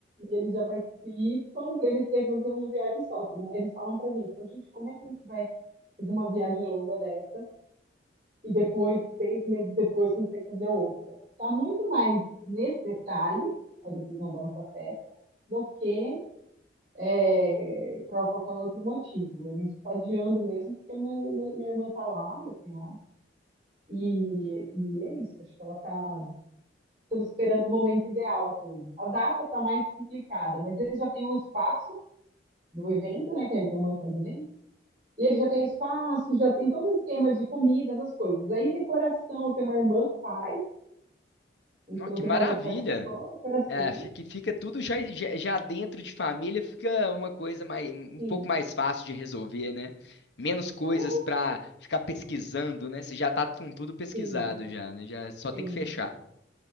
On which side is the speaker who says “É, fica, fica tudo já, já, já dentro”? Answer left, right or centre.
Left